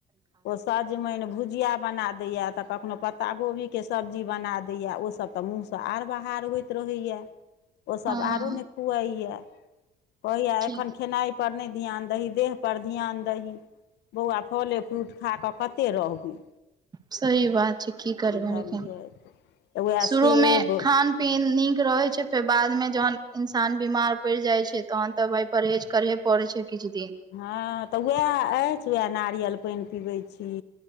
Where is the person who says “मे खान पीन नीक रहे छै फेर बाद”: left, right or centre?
Right